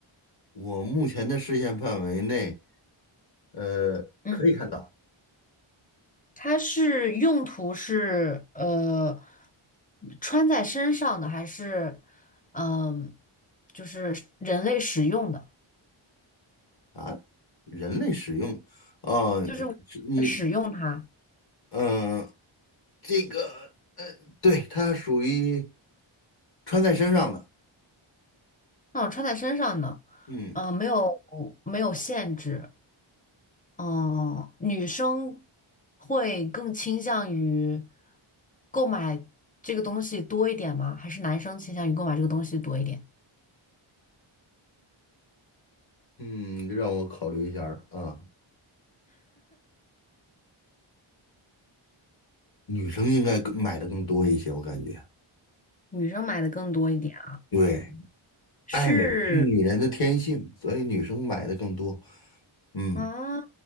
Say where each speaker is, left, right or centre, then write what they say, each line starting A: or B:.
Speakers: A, on the left; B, on the left.
A: 我目前的视线范围内，呃，
B: 嗯，
A: 可以看到
B: 它是用途是呃穿在身上的，还是嗯、就是人类使用的，
A: 啊，人类使用，啊，
B: 就是我们使用它？
A: 是你，嗯、这个对，它属于穿在身上的。
B: 那种穿在身上呢，
A: 嗯
B: 嗯、没有没有限制，嗯、女生会更倾向于购买这个东西多一点吗？还是男生倾向于购买这个东西多一点？
A: 嗯，让我考虑一下儿啊，女生应该更买的更多一些，我感觉。
B: 女生买的更多一点啊？
A: 对，
B: 是，
A: 爱美是女人的天性，所以女生买的更多。嗯，
B: 哦，